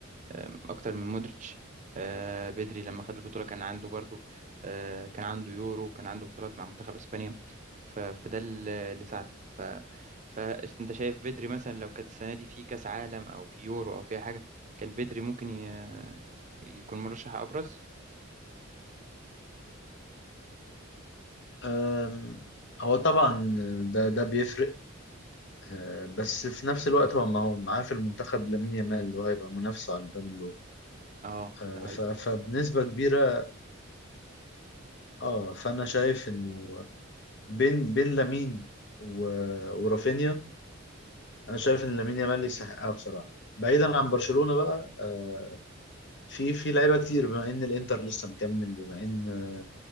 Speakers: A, on the right; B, on the left.
A: آه، اكتر من مودريتش آه، بدري لما خد البطوله كان عنده برضو آه، كان عنده يورو كان عنده بطولات مع منتخب اسبانيا ف- فده ال- اللي ساعده ف فانت شايف بدري مثلا لو كانت السنه دي في كاس عالم او في يورو او في أي حاجه كان بدري ممكن ي- يكون مرشح ابرز
B: آم، هو طبعا ده ده بيفرق أه، بس في نفس الوقت هو ما هو معاه في المنتخب لامين يامال اللي هو هيبقى منافسه على البالون دور
A: اه
B: أه،
A: ده حقيقي
B: ف- فبنسبه كبيره اه فانا شايف انه بين بين لامين و... ورافينيا انا شايف ان لامين يامال يستحقها بصراحه بعيدا عن برشلونه بقى آه، في في لعيبه كتير بما ان الانتر لسه مكمل بما ان